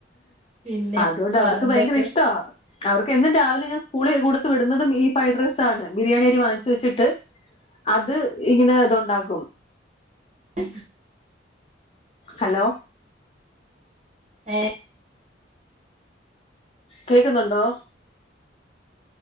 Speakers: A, on the right; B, on the left.
A: പിന്നെ
B: അതുകൊണ്ട് അവർക്ക്
A: വേറെന്തൊക്കെ?
B: ഭയങ്കര ഇഷ്ടവാ അവർക്ക് എന്നും രാവിലെ ഞാൻ സ്കൂളിൽ കൊടുത്ത് വിടുന്നതും ഈ ഫ്രൈഡ് റൈസാണ് ബിരിയാണിരി വാങ്ങിച്ച് വെച്ചിട്ട് അത് ഇങ്ങനെ ഇത്ണ്ടാകും
A: ഉ
B: ഹലോ
A: ഏഹ്
B: കേക്കുന്നുണ്ടോ